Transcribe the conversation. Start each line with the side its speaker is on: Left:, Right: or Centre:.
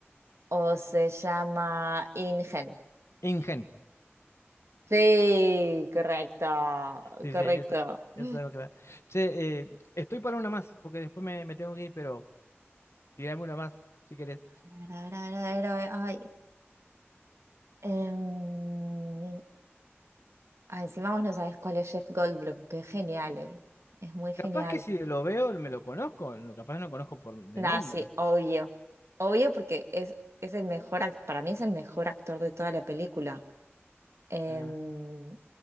Right: o se llama InGen.
Left: Ingen.
Right: Sí, correcto,
Left: Sí,
Right: correcto.
Left: sí, esa, esa
Right: A
Left: es la- clave. Che, eh, estoy para una más porque después me, me tengo que ir, pero... Tirame una más, si querés.
Right: ver, a ver, a ver, a ver, a ver, ay, em, ah, encima vos no sabés cuál es Jeff Goldblum, que es genial él, es muy
Left: Capaz
Right: genial.
Left: que si lo veo me lo conozco, lo capaz no lo conozco por de
Right: Nah,
Left: nombre.
Right: sí, obvio, obvio porque es, es el mejor, act- para mí es el mejor actor de toda la película. Em,
Left: Ah,